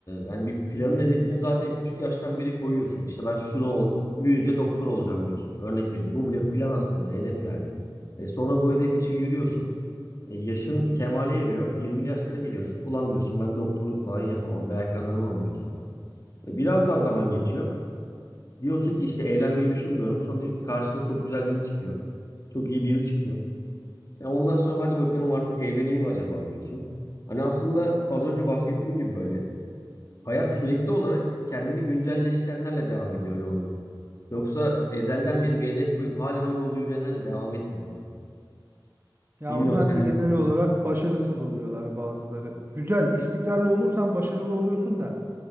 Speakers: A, on the left (about 40°); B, on the right (about 30°).
A: yani bir planın hedefini zaten küçük yaştan biri koyuyorsun. İşte ben şunu ol- büyüyünce doktor olacağım diyorsun. Örnek benim. Bu bile bir plan aslında, hedef yani. E sonra bu hedef için yürüyorsun. E, yaşın kemale eriyor. 20'li yaşlara geliyorsun. Ulan diyorsun ben doktorluk falan yapamam veya kazanamam diyorsun. E, biraz daha zaman geçiyor. Diyorsun ki işte evlenmeyi düşünmüyorum. Sonra karşına çok güzel biri çıkıyor. Çok iyi biri çıkıyor. Ya ondan sonra hadi bakalım artık evleneyim mi acaba diyorsun. Hani aslında az önce bahsettiğim gibi böyle hayat sürekli olarak kendini güncelleştirenlerle devam ediyor yoluna. Yoksa ezelden beri bir hedef koyup halen o yolda yürüyenlerle devam etmiyor.
B: Ya
A: Bilmiyorum
B: onlar
A: sen
B: da
A: ne
B: genel
A: düşünüyorsun?
B: olarak başarısız oluyorlar bazıları. Güzel, istikrarlı olursan başarılı oluyorsun da